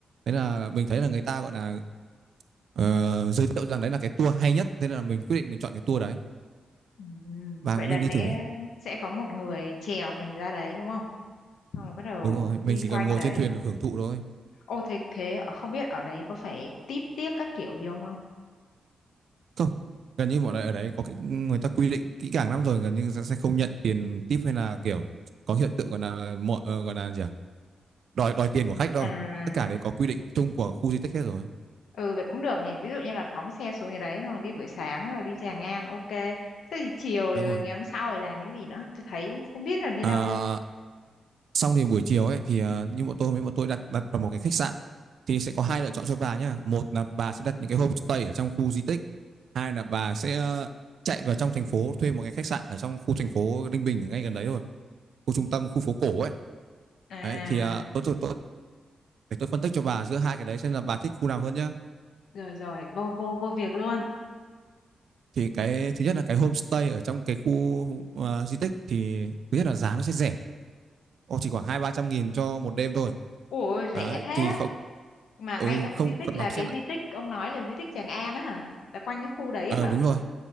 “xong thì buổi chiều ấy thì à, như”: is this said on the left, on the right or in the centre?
Right